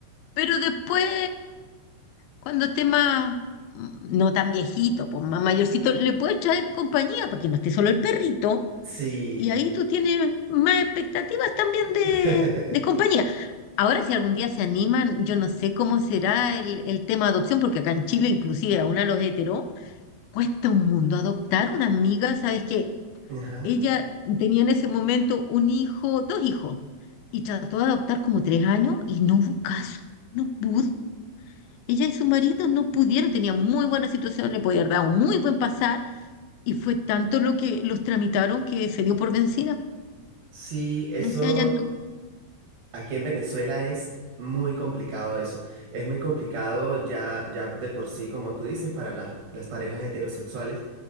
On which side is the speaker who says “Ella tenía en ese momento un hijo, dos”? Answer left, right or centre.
Left